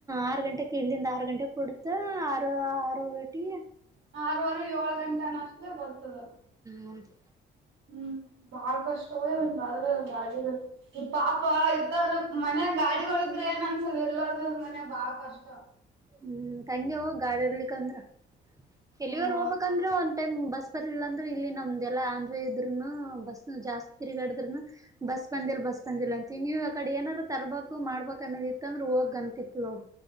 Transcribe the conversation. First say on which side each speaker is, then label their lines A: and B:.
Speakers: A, on the right; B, on the right.
A: ಆರು ಗಂಟೆ ಇಲ್ಲಿಂದ ಆರು ಗಂಟೆ ಬಿಡುತ್ತೆ ಆರು ಆರೂ ರೊಟಿ
B: ಆರುವರೆ ಏಳ್ ಗಂಟೆನಷ್ಟಲೇ ಬರ್ತದ
A: ಹೌದು
B: ಹ್ಮ್ ಬಾಳ್ ಕಷ್ಟವೇ ಒಂದ್ ಬ ಗಾಡಿ ಈ ಪಾಪ ಇತ್ತ ಮನ್ಯ ಗಾಡಿಗಳು ಇದ್ರೆ ಏನ್ ಅನ್ಸಲ್ಲ ಇರ್ಲದ್ ಮನ್ಯಾಗ ಬಾಳ್ ಕಷ್ಟ
A: ಹ್ಮ್ ತಂಗವ್ವ ಗಾಡಿ ಇರ್ಲಿಕಂದ್ರ ಎಲ್ಲಿವರ್
B: ಅಯ್ಯೋ
A: ಹೋಗ್ಬೇಕಂದ್ರೆ ಒಂದ್ ಟೈಮ್ ಬಸ್ ಹಾಸ್ಪಿಟಲ್ ಅಂದ್ರರು ಇಲ್ಲಿ ನಮ್ದ್ ಎಲ್ಲಾ ಆಂದ್ ಇದ್ರೂ ಬಸ್ ಜಾಸ್ತಿ ತಿರ್ಗಾಡಿದ್ರೂನು ಬಸ್ ಬಂದಿಲ್ಲ ಬಸ್ ಬಂದಿಲ್ಲ ಅಂತ ನೀವು ಆ ಕಡೆ ಏನಾರ ತರಬೇಕು ಮಾಡ್ಬೇಕ್ ಅನ್ನೋ ಇತ್ತಂದ್ರೆ ಹೋಗ್ ಗಂತತಿಪ್ಲವ್